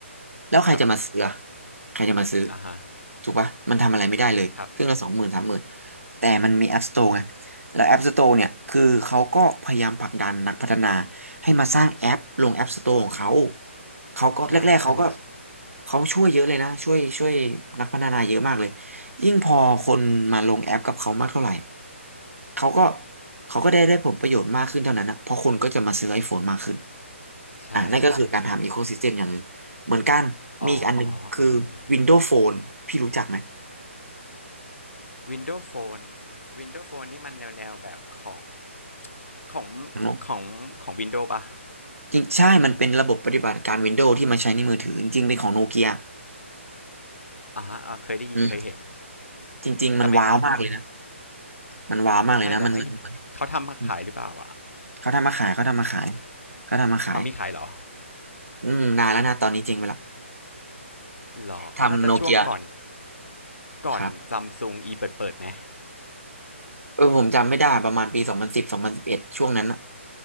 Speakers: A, on the right; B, on the left.
A: แล้วใครจะมาซื้ออะ
B: ครับ
A: ใครจะมาซื้อ
B: อ่าฮะ
A: ถูกปะมันทำอะไรไม่ได้เลยเครื่องละสองหมื่นสามหมื่น
B: ครับ
A: แต่มันมี App Store ไงแล้ว App Store เนี่ยคือเขาก็พยายามผลักดันนักพัฒนาให้มาสร้างแอปลง App Store ของเขาเขาก็แรกๆเขาก็
B: ใช่ใช่ครับ
A: เขาช่วยเยอะเลยนะช่วยช่วยนักพัฒนาเยอะมากเลย ยิ่งพอคนมาลงแอปกับเขามากเท่าไหร่เขาก็เขาก็ได้ได้ผลประโยชน์มากขึ้นเท่านั้นนะเพราะคนก็จะมาซื้อ iPhone มากขึ้น
B: ใช่ใช่ครับ
A: อ่ะนั่นก็คือการทำอีโคซิสเต็มอย่างหนึ่งเหมือนกัน
B: อ๋อ
A: มีอีกอันหนึ่งคือ
B: อืมอืม
A: Windows Phone พี่รู้จักไหม
B: Windows Phone Windows Phone นี่มันแนวแนวแบบของ ของ
A: น้องนก
B: ของของวินโดว์ปะ
A: จริงใช่มันเป็นระบบปฏิบัติการ Windows ที่มาใช้ในมือถือจริงๆเป็นของโนเกีย
B: อ่าฮะเคยได้ยินเคยเห็น
A: อืมจริงๆมันว้าวมากเลยนะ
B: แต่ไม่ป๊อปนี่
A: มันว้าวมากเลยนะมันมันมัน
B: ใช่แต่ไม่เขาทำมาขายหรือเปล่าอะ
A: อืมเขาทำมาขายเขาทำมาขายเขาทำมาขาย
B: เอามีขายเหรอ
A: อืมนานแล้วนะตอนนี้จริงไปละ
B: เหรอน่าจะช่วงก่อน
A: ทำโนเกีย
B: ก่อนซัมซุงอีเปิดเปิดไหม
A: ครับ เออผมจำไม่ได้ประมาณปีสองพันสิบสองพันสิบเอ็ดช่วงนั้นน่ะ